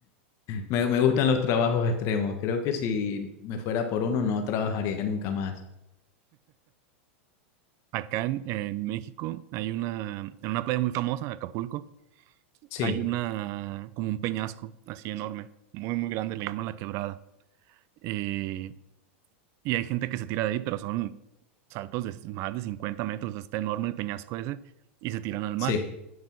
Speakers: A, on the left; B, on the right.
A: me, me gustan los trabajos extremos. Creo que si me fuera por uno, no trabajaría nunca más.
B: Acá en, en México hay una, en una playa muy famosa, Acapulco,
A: Sí,
B: hay una, como un peñasco así enorme, muy, muy grande, le llaman La Quebrada. Eh, y hay gente que se tira de ahí, pero son saltos de más de 50 metros, está enorme el peñasco ese, y se tiran al mar.
A: sí.